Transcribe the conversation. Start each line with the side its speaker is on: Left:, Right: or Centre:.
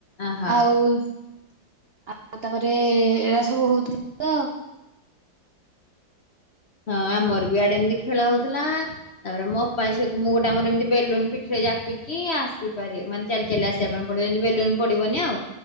Left: ଅହ
Right: ଆଉ ଆଉ ତାପରେ ଏଗୁଡ଼ା ସବୁ ହଉଥିଲା ତ ଆଉ।
Left: ହଁ ଆମର ବି ଇଆଡ଼େ ଏମିତି ଖେଳ ହଉଥିଲା। ତାପରେ ମୋ ଅପା ଝିଅକୁ ମୁଁ ଗୋଟେ ଆମର ଏମିତି ବେଲୁନ ପିଠିରେ ଜାପିକି ଆସିପାରିବ ମାନେ ଚାଲି ଚାଲି ଆସିବା ପାଇଁ ପଡ଼ିବ ଯେମିତି ବେଲୁନ ପଡିବନି ଆଉ।